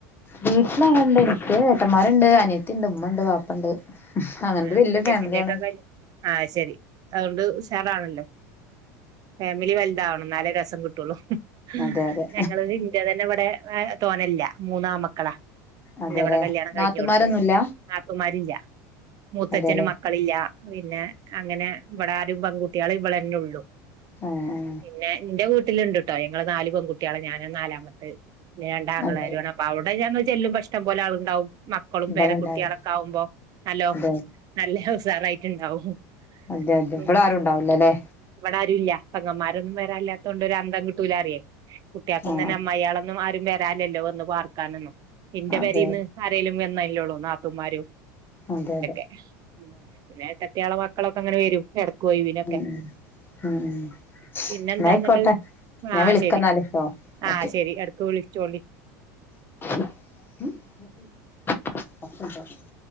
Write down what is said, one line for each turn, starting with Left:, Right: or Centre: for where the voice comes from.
Left: വീട്ടിലാള്ണ്ട്. എനിക്ക് ഏട്ടന്മാരുണ്ട്. അനിയത്തിണ്ട്. ഉമ്മണ്ട്, വാപ്പണ്ട്. അങ്ങൻത്തെ
Right: ആഹ്
Left: വല്യ
Right: അനിയത്തിന്റെ
Left: ഫാമിലിയാണ്.
Right: ഒക്കെ കല്യാ ആഹ്, ശരി അതോണ്ട് ഉഷാറാണല്ലോ? ഫാമിലി വല്താവണം. ന്നാലേ രസം കിട്ടൊള്ളൂ... ഉം,
Left: അതെ അതെ അതെ
Right: ഞങ്ങള്. തന്നെവിടെ തോനല്ല. മൂന്നാ മക്കളാ.
Left: അതെല്ലേ
Right: ഇന്നവടെ കല്യാണം
Left: നാത്തുമാരൊന്നുല്ല
Right: കഴിഞ്ഞോട്ത്ത്. നാത്തൂമാരില്ല. മൂത്തച്ഛന്
Left: അതെല്ലേ
Right: മക്കളില്ലാ -പിന്നെ, അങ്ങനെ ഇവടെ ആരും പെൺകുട്ടിയേള് ഇവിളെന്നൊള്ളു...
Left: ഏ..
Right: പിന്നെ, ഇന്റെ വീട്ടില്ണ്ട്ട്ടോ. ഞങ്ങള് നാല് പെൺകുട്ടിയേള, ഞാനാ നാലാമത്ത് പിന്നെ രണ്ടാങ്ങളാരു
Left: അതെ
Right: ആണ്. പ്പ. അവ്ടെ ഞങ്ങള് ചെല്ലുമ്പോ ഷ്ടം പോലാളുണ്ടാവും മക്കളും
Left: ഇവിടെണ്ടാവും
Right: പേര കുട്ടിയേളൊക്കാവുമ്പോ. നല്ലോം.
Left: അതെ
Right: നല്ല ഹൊസാറായിട്ടുണ്ടാവും,
Left: അതെ അതെ
Right: പിന്നെ
Left: ഇവിടെ ആരും ഉണ്ടാവില്ലല്ലേ
Right: ഇവിടാരുല്ല. പ്പെങ്ങമാരൊന്നും വെരാല്ലാത്തോണ്ട് ഒരു അന്തം കിട്ടൂല അറിയേ, കുട്ടിയാ ക്കും
Left: ആ
Right: തന്നെ, അമ്മായളൊന്നും ആരും വര വരാലല്ലോ, വന്ന് പാർക്കാനൊന്നും ഇന്റെ
Left: അതെ
Right: പെരീന്ന് ആരേലും വന്നല്ലോള്ളൂ നാത്തൂമാര്.
Left: അതെയതെ
Right: പിന്നെ ഏട്ടത്തിയേളെ മക്കളൊക്കങ്ങനെ വരും ഏടക്കൊഴുവിനൊക്കെ
Left: ഉം ഉം ഉം
Right: പിന്നെന്താ
Left: എന്നായിക്കോട്ടെ
Right: ന്നട്ട്
Left: ഞാൻ
Right: ആഹ്
Left: വിളിക്കന്നാല്
Right: ശരി
Left: ട്ടോ
Right: ആഹ്
Left: ഓക്കെ
Right: ശരി എട് ക്ക്‌ വിൾചോണ്ടി
Left: <unintelligible>